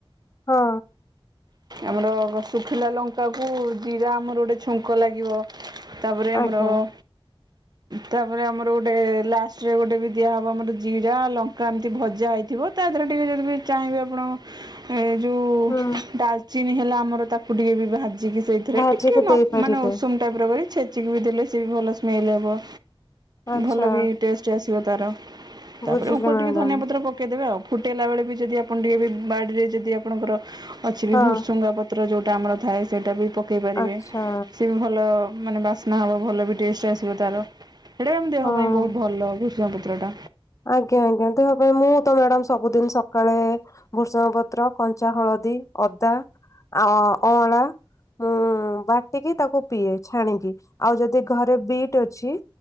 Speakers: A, on the left; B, on the right.
A: ହଁ।
B: ଆମର ଗ ଶୁଖିଲା ଲଙ୍କାକୁ ଜିରା ଆମର ଗୋଟେ ଛୁଙ୍କ ଲାଗିବ। ତାପରେ ଆମର
A: ଆଜ୍ଞା
B: ଉଁ ତାପରେ ଆମର ଗୋଟେ ଲାଷ୍ଟରେ ଗୋଟେ ବି ଦିଆ ହବ ଆମର ଜିରା ଲଙ୍କା ଏମିତି ଭଜା ହେଇଥିବ ତା ଦେହରେ ଟିକେ ଯଦି ବି ଚାହିଁବେ ଆପଣ ଏ ଯୋଉ
A: ହୁଁ
B: ଡାଲଚିନି ହେଲା ଆମର ତାକୁ ଟିକେ ବି ଭାଜିିକି ସେଇଥିରେ
A: ଭାଜିକି
B: ଟିକେ ନ
A: ଦେଇପାରିବେ
B: ମାନେ ଉଷୁମ୍ ଟାଇପ୍ ର କରି ଛେଚିକି ବି ଦେଲେ ସେ ବି ଭଲ ସ୍ମେଲ ହବ
A: ଆଚ୍ଛା
B: ଭଲ ବି ଟେଷ୍ଟ ଆସିବ ତାର ତାପରେ
A: ବୁଝିଲି
B: ଉପରେ
A: ମ୍ୟାଡାମ
B: ଟିକେ ଧନିଆ ପତ୍ର ପ କେଇଦେବେ ଆଉ ଫୁଟେଇଲା ବେଳେ ବି ଯଦି ଆପଣ ଟିକେ ବି ବାଡ଼ିରେ ଯଦି ଆପଣଙ୍କର ଅଛି ବି
A: ହଁ
B: ଭୃସ୍ <unintelligible> ଯୋଉଟା ଆମର ଥାଏ ସେଇଟା ବି ପକେଇ ପାରିବେ
A: ଆଚ୍ଛା
B: ସେ ବି ଭଲ ମାନେ ବାସ୍ନା ହବ। ଭଲ ବି ଟେଷ୍ଟ ଆସିବ ତାର ହେଟା ବି ଆମ ଦେହ
A: ହଁ
B: ପାଇଁ ବୋହୁତ ଭଲ ଭେସୁଆଁ ପତ୍ରଟା।
A: ଆଜ୍ଞା ଆଜ୍ଞା ଦେହ ପାଇଁ ମୁଁ ତ ମ୍ୟାଡାମ ସବୁଦିନ ସକାଳେ ବୃଷଙ୍ଗ ପ ତ୍ର କଞ୍ଚା ହଳଦୀ ଅଦା ଆ ଅଁଳ ମୁଁ ବାଟିକି ତାକୁ ପିଏ ଛାଣିକି ଆଉ ଯଦି ଘରେ ବିଟ୍ ଅଛି।